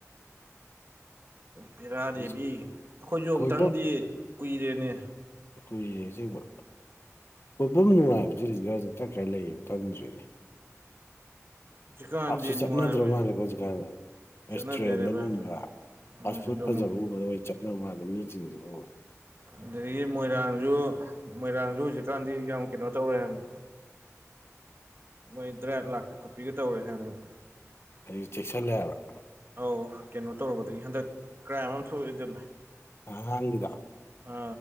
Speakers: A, on the right; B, on the left.
A: ꯕꯦꯔꯥꯅꯦꯃꯤ
B: ꯍꯧꯖꯤꯛ
A: ꯑꯩꯈꯣꯏꯁꯨ
B: ꯀꯣꯏꯕꯝ
A: ꯑꯝꯇꯪꯗꯤ ꯀꯨꯏꯔꯦꯅꯦ
B: ꯀꯨꯏꯔꯦ ꯑꯁꯦꯡꯕ ꯀꯣꯏꯐꯝ ꯅꯨꯡꯉꯥꯏꯕꯁꯤ ꯍꯧꯖꯤꯛꯀꯥꯟꯖꯤ ꯀꯥꯏ ꯀꯥꯏ ꯂꯩꯔꯤꯌꯦ ꯈꯪꯗ꯭ꯔꯦꯅꯦ꯫
A: ꯍꯧꯖꯤꯛꯀꯥꯟꯁꯦ
B: ꯄꯥꯛ ꯁꯨ ꯆꯠꯅꯗ꯭ꯔ
A: ꯅꯨꯡꯉꯥꯏꯕꯁꯦ
B: ꯃꯥꯜꯂꯦꯀꯣ ꯍꯧꯖꯤꯛꯀꯥꯟꯖꯦ꯫
A: ꯆꯠꯅꯗ꯭ꯔꯦꯅꯦ
B: ꯔꯦꯁꯇꯨꯔꯦꯟꯗꯒꯨꯝꯕ
A: ꯚꯥꯏ ꯑꯝꯇ
B: ꯐꯥꯁ
A: ꯍꯣꯏ
B: ꯐꯨꯗ
A: ꯑꯗꯨꯃꯛ
B: ꯐꯖꯕꯒꯨꯝꯕꯗ ꯑꯣꯏꯅ ꯆꯠꯅꯕ ꯃꯥꯜꯂꯦ ꯃꯤꯖꯤꯡꯖꯤꯕꯨ꯫
A: ꯑꯗꯒꯤ ꯃꯣꯏꯔꯥꯡꯖꯨ ꯃꯣꯏꯔꯥꯡꯖꯨ ꯍꯧꯖꯤꯛꯀꯥꯟꯗꯤ ꯌꯥꯝ ꯀꯩꯅꯣ ꯇꯧꯔꯦ ꯍꯥꯏꯕꯅꯦ꯫ ꯃꯣꯏ ꯗ꯭ꯔꯥꯏꯕ ꯂꯥꯛꯄꯤ ꯈꯣꯠꯄꯤꯒ ꯇꯧꯔꯦ ꯍꯥꯏꯕꯅꯦ꯫
B: ꯍꯧꯖꯤꯛ ꯆꯦꯛꯁꯜꯂꯦ ꯍꯥꯢꯕ꯭ꯔꯥ꯫
A: ꯑꯧ ꯀꯩꯅꯣ ꯇꯧꯔꯨꯕꯗꯒꯤ ꯍꯟꯗꯛ ꯀ꯭ꯔꯥꯏꯝ ꯑꯃ ꯊꯣꯛꯎꯕꯗꯩ ꯑꯗꯨꯝ꯫
B: ꯑꯉꯥꯡꯒꯤꯗꯣ
A: ꯑ